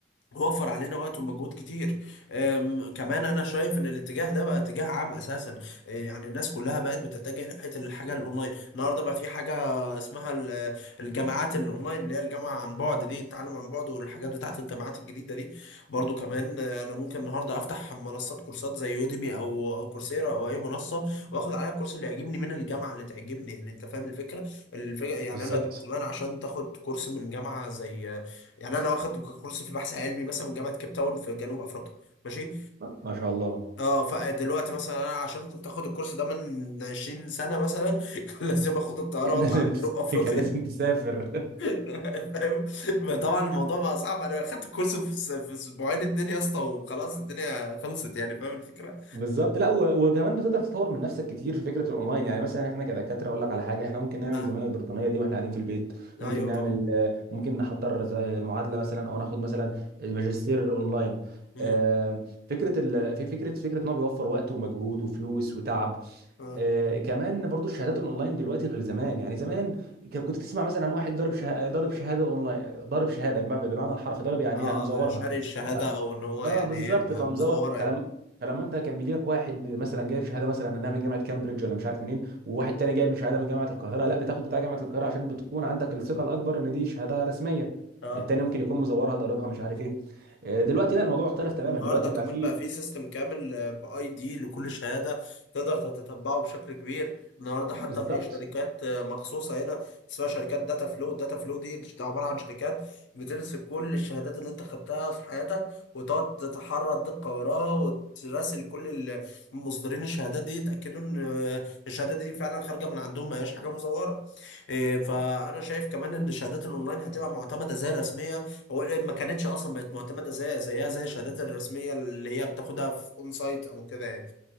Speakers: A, on the left; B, on the right.
A: وفر علينا وقت ومجهود كتير أم، كمان انا شايف ان الاتجاه ده بقى اتجاه عام اساسا إيه، يعني الناس كلها بقت بتتجه ناحيه الحاجه الاونلاين النهارده بقى في حاجه اسمها ال- الجامعات الاونلاين اللي هي الجامعه عن بعد دي التعلم عن بعد والحاجات بتاعت الجامعات الجديده دي برضو كمان آه، انا ممكن النهارده افتح منصات كورسات زي يوديمي او او كورسيرا او اي منصه واخد عليها الكورس اللي يعجبني من الجامعه اللي تعجبني يعني انت فاهم الفكره الفكره يعني
B: بالظبط
A: انا كنت زمان عشان تاخد كورس من جامعه زي يعني انا واخد كورس في بحث علمي مثلا من جامعه كيب تاون في جنوب افريقيا ماشي
B: ما ما شاء الله
A: اه فدلوقتي مثلا انا عشان كنت اخد الكورس ده من 20 سنه مثلا <laughs> كان لازم اخد
B: <laughs>
A: الطياره
B: كان
A: واطلع
B: لازم
A: على جنوب افريقيا
B: كان لازم تسافر <laughs>
A: <laughs> فاهم فطبعا الموضوع بقى صعب انا خدت الكورس في س- في اسبوعين اتنين يا اسطى وخلاص الدنيا خلصت يعني فاهم الفكره
B: بالظبط لا و- وكمان بتقدر تطور من نفسك كتير في فكره الاونلاين يعني مثلا احنا كدكاتره اقول لك على حاجه احنا ممكن نعمل
A: آه.
B: الزماله البريطانيه دي واحنا قاعدين في البيت
A: ايوه
B: ممكن نعمل
A: طبعا
B: آه، ممكن نحضر زي معادله مثلا او ناخد مثلا الماجستير اونلاين
A: امم
B: آه، فكره ال... في فكره فكره ان هو بيوفر وقت ومجهود وفلوس وتعب
A: اه
B: آه، كمان برضو الشهادات الاونلاين دلوقتي غير زمان يعني زمان ك- كنت تسمع مثلا عن واحد ضارب شهاده ضارب شهاده اونلاين ضارب شهاده بمعنى بالمعنى الحرفي ضارب يعني
A: اه
B: إيه؟ يعني مزورها
A: آه، شاري الشهاده
B: ف-
A: او ان هو
B: اه
A: يعني
B: بالظبط
A: ايه مزوره
B: فمزور فلما
A: يعني
B: فلما انت كان بيجي لك واحد مثلا جايب شهاده مثلا انها من جامعه كامبريدج ولا مش عارف منين وواحد تاني جايب شهاده من جامعه القاهره لا بتاخد بتاع جامعه القاهره عشان بتكون عندك الثقه الاكبر ان دي شهاده رسميه
A: اه
B: التاني ممكن يكون مزورها ضاربها مش عارف ايه آه، دلوقتي لا الموضوع اختلف تماما
A: النهارده
B: دلوقتي
A: كمان
B: بقى فيه
A: بقى في سيستم كامل باي دي لكل شهاده تقدر تتتبعه بشكل كبير النهارده
B: بالظبط
A: حتى في شركات آه، مخصوصه هنا اسمها شركات داتا فلو داتا فلو دي ده عباره عن شركات بتمسك كل الشهادات اللي انت خدتها في حياتك وتقعد تتحرى الدقه وراها وتراسل كل ال- مصدرين الشهادات دي يتاكدوا ان آه، الشهاده دي فعلا خارجه من عندهم ما هياش حاجه مزوره إيه، فانا شايف كمان ان الشهادات الاونلاين هتبقى معتمده زي الرسميه هو ليه ما كانتش اصلا بقت معتمده زي زيها زي الشهادات الرسميه اللي هي بتاخدها في اون سايت او كده يعني